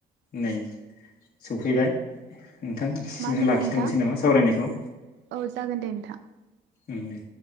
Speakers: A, on the left (about 50°); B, on the right (about 80°).
A: नै सौफैबाय। नोंथां सिं
B: मा होनदों
A: आव लाखिथ'नोसै
B: नोंथां
A: नामा सावरायनायखौ?
B: औ जागोन दे नोंथां
A: उम दे।